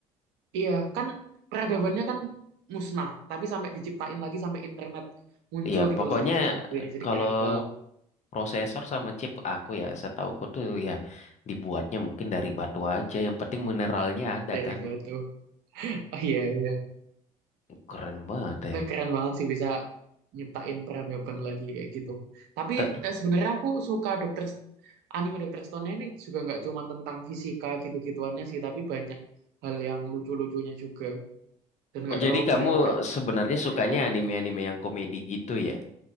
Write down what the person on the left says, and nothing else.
Ya,
pokoknya
kalau
prosesor sama chip aku ya, setauku tuh ya dibuatnya mungkin dari batu aja. Yang penting mineralnya ada
kan.
Keren banget
ya.
Te-
Jadi kamu
sebenarnya sukanya
anime-anime yang komedi gitu ya